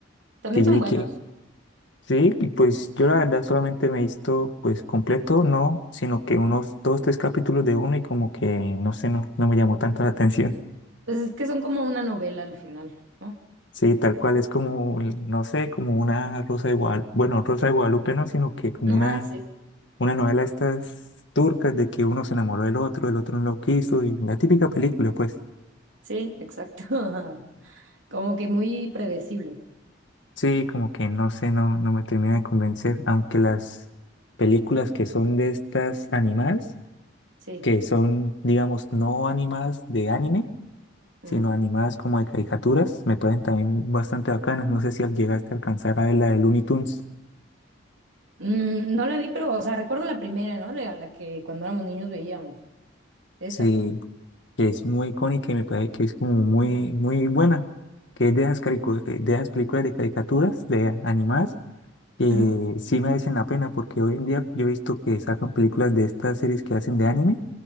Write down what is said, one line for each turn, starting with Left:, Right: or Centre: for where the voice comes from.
Right: también
Left: que yo
Right: son
Left: vi
Right: buenos.
Left: que sí, y pues yo la verdad solamente me he visto pues completo, no, sino que unos dos, tres capítulos de uno y como que no sé, no, no me llamó tanto la atención.
Right: Pues es que son como una novela al final, ¿no?
Left: Sí, tal cual, es como, no sé, como una Rosa de Guadalupe, bueno, Rosa de Guadalupe no, sino que como
Right: <laughs>
Left: una,
Right: Ah, sí,
Left: una novela estas turcas de que uno se enamoró del otro, el otro no lo quiso, y la típica película, pues.
Right: sí, exacto. <laughs> Como que muy predecible,
Left: Sí, como que no sé, no, no me termina de convencer, aunque las películas que son de estas animadas,
Right: sí.
Left: que son, digamos, no animadas de anime,
Right: Mm.
Left: sino animadas como de caricaturas, me parecen también bastante bacanas, no sé si al- llegaste a alcanzar a ver la de Looney Tunes.
Right: Mm, no la vi, pero, o sea, recuerdo la primera, ¿no? La, la que cuando éramos niños veíamos. Esa.
Left: Sí, que es muy icónica y me parece que es como muy, muy buena, que es de esas, caricu- eh, de esas películas de caricaturas, de animadas, que
Right: Ujú.
Left: sí merecen la pena, porque hoy en día yo he visto que sacan películas de estas series que hacen de anime